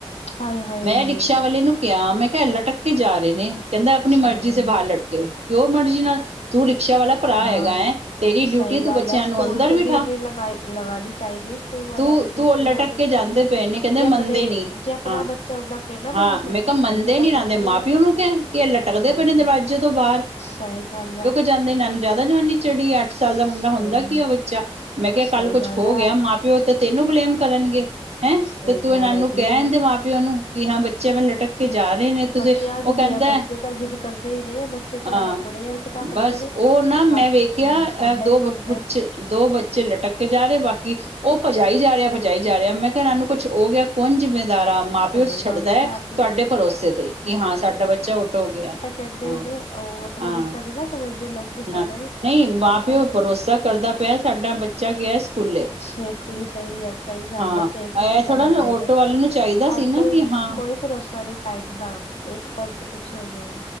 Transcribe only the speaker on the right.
ਮੈਂ ਰਿਕਸ਼ਾ ਵਾਲੇ ਨੂੰ ਕਿਹਾ ਮੈਂ ਲਟਕ ਕੇ ਜਾ ਰਹੇ ਨੇ ਕਹਿੰਦਾ ਆਪਣੀ
ਮਰਜ਼ੀ
ਸੇ ਬਾਹਰ
ਲਟਕੇ ਕਿਉ ਮਰਜ਼ੀ ਨਾਲ ਤੂੰ ਰਿਕਸ਼ਾ ਵਾਲਾ ਭਰਾ
ਹੈਗਾ ਏ ਤੇਰੀ
ਡਿਊਟੀ ਤੂੰ
ਬੱਚਿਆ
ਨੂੰ ਅੰਦਰ
ਬਿਠਾ।
ਤੂੰ-ਤੂੰ
ਲਟਕ
ਕੇ ਜਾਂਦੇ ਪਏ ਨੇ ਕਹਿੰਦੇ
ਮੰਨਦੇ
ਨੀ
ਹਾਂ।
ਹਾਂ
ਮੈਂ ਕਿਹਾ
ਮੰਨਦੇ
ਨੀ ਰਹਿੰਦੇ
ਮਾਂ
ਪਿਓ ਨੂੰ ਕਹਿ ਕੇ ਲਟਕਦੇ
ਪਏ ਨੇ
ਦਰਵਾਜ਼ੇ ਤੋਂ ਬਾਰ।
ਜਾਂਦੇ ਨੇ ਇਹ ਨੂੰ ਜ਼ਿਆਦਾ ਜਵਾਨੀ ਚੜੀ ਅੱਠ ਸਾਲ
ਦਾ ਮੁੰ ਹੁੰਦਾ
ਕੀ ਆ ਬੱਚਾ ਮੈਂ ਕਿਹਾ
ਕੱਲ ਕੁਛ
ਹੋ
ਗਿਆ ਮਾਂ ਪਿਓ ਤਾਂ ਤੈਨੂੰ ਬਲੇਮ ਕਰਨਗੇ। ਹੈ
ਤੇ ਤੂੰ
ਇਹਨਾ ਨੂੰ
ਕਹਿ
ਦਿੰਦੇ ਮਾਂ ਪਿਓ ਨੂੰ ਕਿ ਹਾਂ ਬੱਚੇ ਮੈਂ ਲਟਕ ਕੇ ਜਾ ਰਹੇ ਨੇ
ਤੁਸੀ
ਉਹ ਕਹਿੰਦਾ
ਹਾਂ।
ਬਸ
ਉਹ ਨਾ ਮੈਂ
ਵੇਖਿਆ
ਦੋ
ਪੁਛ
ਦੋ ਬੱਚੇ ਲਟਕ ਕੇ ਜਾ ਰਹੇ ਬਾਕੀ ਉਹ ਭਜਾਈ ਜਾ ਰਿਹਾ, ਭਜਾਈ ਜਾ ਰਿਹਾ ਮੈਂ ਕਿਹਾ ਇਹ ਨੂੰ ਕੁੱਛ ਹੋ ਗਿਆ ਕੌਣ ਜਿੰਮੇਦਾਰਾ ਮਾਂ
ਪਿਓ ਛੱਡਦਾ
ਹੈ ਤੁਹਾਡੇ
ਭਰੋਸੇ ਤੇ ਕਿ ਹਾ ਸਾਡਾ ਬੱਚਾ ਆਟੋ ਹੋ ਗਿਆ।
ਹਾਂ
ਹਾਂ
ਨਾ ਨਹੀਂ ਮਾਂ
ਪਿਓ ਭਰੋਸਾ ਕਰਦਾ ਪਿਆ ਸਾਡਾ ਬੱਚਾ ਗਿਆ ਸਕੂਲੇ
ਹਾਂ
ਇਹ
ਥੋੜਾ ਨਾ
ਆਟੋ ਵਾਲੇ ਨੂੰ ਚਾਹੀਦਾ ਸੀ
ਨਾ
ਕਿ ਹਾਂ